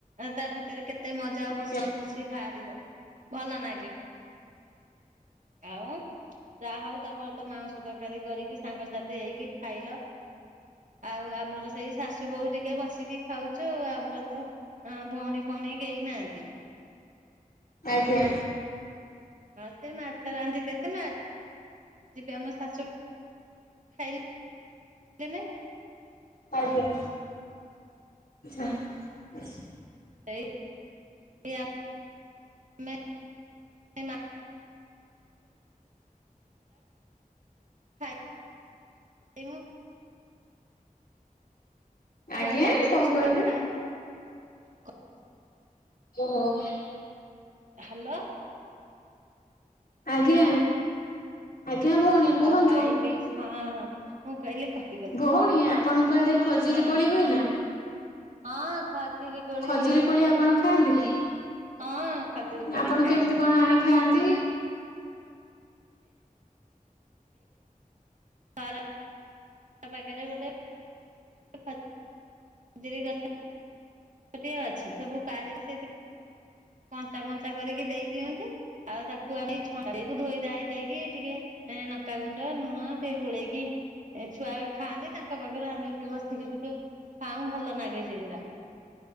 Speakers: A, on the right (about 60°); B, on the left (about 85°).
A: ତା ଭିତରେ କେତେ ମଜା
B: ଆଜ୍ଞା
A: ହସ ଖୁସି ବାହାରିବ। ଭଲ ଲାଗେ। ଆଉ ଯାହା ହଉ ତମର ତ ମାଂସ ତରକାରୀ କରିକି- ସାଙ୍ଗସାଥି ହେଇକି ଖାଇଲ। ଆଉ ଆମର ସେଇ ଶାଶୁ ବୋହୁ ଟିକେ ବସିକି ଖାଉଛୁ ଆମର ତ- ହଁ ଭଉଣୀ ଫଉଣୀ କେହି ନାହାନ୍ତି।
B: ଆଜ୍ଞା।
A: ହଁ ସେ ମାଛ ରାନ୍ଧି ଦେଇଥିଲେ ଆ ଯିବି ଆମ ଶାଶୁ ଖାଇଲି କେନେ?
B: ଆଜ୍ଞା <unintelligible>
A: ସେଇ ସିଆ ଆମେ। <unintelligible> <unintelligible>
B: ଆଜ୍ଞା
A: ଛୁଆ ତ ଆସିନାହନ୍ତି
B: କଣ କହିଲେ?
A: <unintelligible>
B: ଓହୋ ହ।
A: ହ୍ୟାଲୋ।
B: ଆଜ୍ଞା ଆଜ୍ଞା ଭଉଣୀ କୁହନ୍ତୁ।
A: ଆଉ ଖାଇ ପିଇ ହଁ ହଁ ମୁଁ କହିଲି କଟିଗଲା।
B: ଭଉଣୀ ଆପଣଙ୍କ ଆଡେ ଖଜୁର
A: ହଁ
B: କୋଳି ହୁଏ ନା?
A: ହଁ। ଖଜୁରୀ କୋଳି
B: ଖଜୁରୀ
A: ହୁଏ
B: କୋଳି ଆପଣ ଖାଆନ୍ତି ନି?
A: ହଁ ଖଜୁରୀ କୋଳି
B: ଆପଣ
A: ଖାଏ
B: କେମିତି କଣ ଆଣିଥାନ୍ତି?
A: ପାରା ତା ପାଖରେ ଗୋଟେ <unintelligible> ଖଜୁରୁର ଗଛ। ଗଛ ଟିଏ ଅଛି ସବୁ ପାରି ଲେ - କଞ୍ଚା ମଞ୍ଚା କରିକି ଦେଇ ଦିଅନ୍ତି। ଆଉ ତାକୁ ଆମେ ଛାନିକି ଧୋଇ ଧୋଇ ଦେଇକି ଟିକେ ଏ ନକା ଗୁଣ୍ଡ ନୁଣ ସେ ଗୋଳେଇକି ଏ ଛୁଆଗା ଖାଆନ୍ତି ତାଙ୍କ ପାଖରୁ ଆମେ ବି ବସିକି ଟିକେ ଖାଉ ଭଲ ଲାଗେ ସେଗୁଡ଼ା